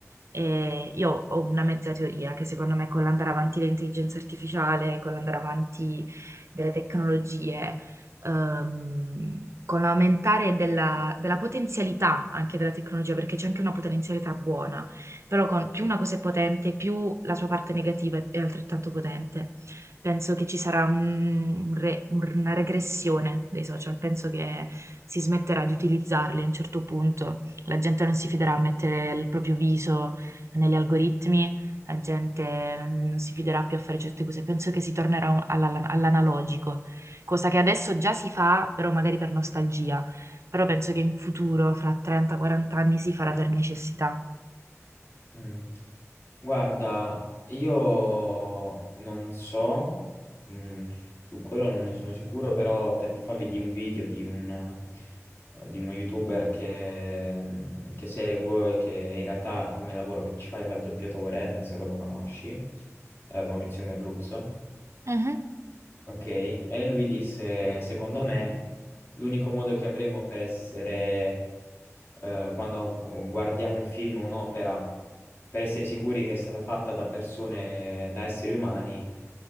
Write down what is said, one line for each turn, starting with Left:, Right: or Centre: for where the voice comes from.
Right: E io ho una mezza teoria che secondo me con l'andare avanti dell'intelligenza artificiale, con l'andare avanti delle tecnologie ehm, con l'aumentare della, della potenzialità anche della tecnologia, perché c'è anche una potenzialità buona, però con, più una cosa è potente, più la sua parte negativa è, è altrettanto potente. Penso che ci sarà un- un re- una regressione dei social, penso che si smetterà di utilizzarli a un certo punto, la gente non si fiderà a mettere il proprio viso negli algoritmi la gente non si fiderà più a fare certe cose. Penso che si tornerà un- alla- all'analogico cosa che adesso già si fa, però magari per nostalgia, però penso che in futuro, fra 30-40 anni, si farà per necessità.
Left: Mm. Guarda, io non so, mm, su quello non ne sono sicuro, però tempo fa vidi un video di un, eh, di uno YouTuber che, mm, che seguo e che in realtà come lavoro principale fa il doppiatore, penso che lo conosci, eh, Maurizio Merluzzo.
Right: Mhm.
Left: Ok, e lui disse, secondo me, l'unico modo che avremo per essere eh, quando guardiamo un film o un'opera, per essere sicuri che è stata fatta da persone, da esseri umani,